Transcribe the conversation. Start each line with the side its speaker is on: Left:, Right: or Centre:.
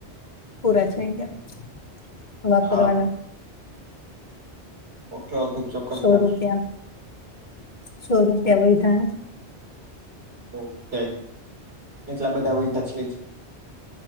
Left: પૂરા થઈ ગયા વાપરવાના.
Right: હા Okay okay. ચોક્કસ
Left: સો
Right: નાખશું
Left: રૂપિયા સો રૂપિયા વૈધાનું.
Right: ઓકે એટલા બધા હોયતા છે જ.